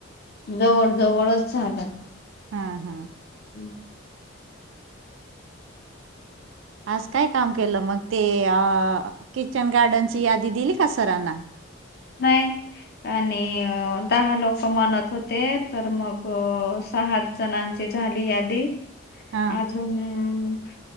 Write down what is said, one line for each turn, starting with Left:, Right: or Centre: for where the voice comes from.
Left: जवळ जवळच झालं.
Right: हा् हम्
Left: हम्म
Right: आज काय काम केलं मग ते अ किचन गार्डनची यादी दिली का सरांना
Left: नाही. आणि दहा लोक म्हणत होते तर मग सहा सणांची झाली यादी
Right: हा
Left: अजून